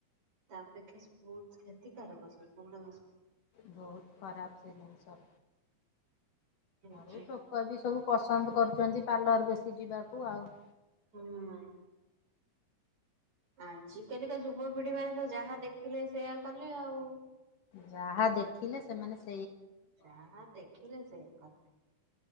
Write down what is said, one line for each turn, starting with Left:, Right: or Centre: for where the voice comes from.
Right: ତାଅପେକ୍ଷା ସୁପଥ୍ କ୍ଷତିକାରକ ସବୁ ଗଡାକ ସବୁ
Left: ବହୁତ ଖରାପ ସେ ଜିନିଷ ଆଉ
Right: ହେଇଛି।
Left: ଲୋକ ବି ସବୁ ପସ ପସନ୍ଦ କରୁଚନ୍ତି ପାର୍ଲର ବେଶୀ ଯିବାକୁ ଆଉ।
Right: ହୁଁଉଁ। ଆଜ କାଲିକା ଯୁବପିଢି ମାନେ ତ ଯାହା ଦେଖିଲେ ସେଇଆ କଲେ ଆଉ।
Left: ଯାହା ଦେଖିଲେ ସେମାନେ ସେ
Right: ଯାହା ଦେଖିଲେ ସେଇଆ କଲେ।